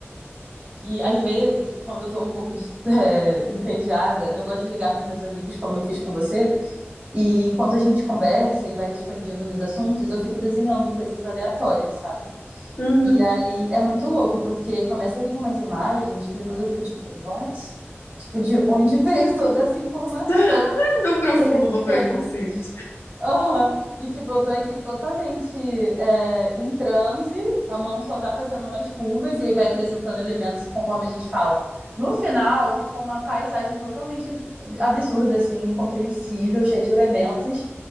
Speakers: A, on the right; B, on the left.
A: que às vezes, quando eu tô um pouco de, <laughs> é, entediada, eu gosto de ligar para os meus amigos, como eu fiz com você, e enquanto a gente conversa e vai expandindo nos assuntos, eu fico desenhando coisas aleatórias, sabe?
B: uhum.
A: E aí é muito louco, porque começa a vir umas imagens que depois eu fico tipo, what? Tipo, de onde veio <laughs> toda essa informação?
B: <laughs> Do profundo
A: De repente.
B: do meu inconsciente.
A: Aham. E tipo, eu tô aqui totalmente é, em transe, a mão só tá fazendo umas curvas e aí vai acrescentando elementos conforme a gente fala. No final, fica uma paisagem totalmente absurda, assim, incompreensível, cheia de elementos.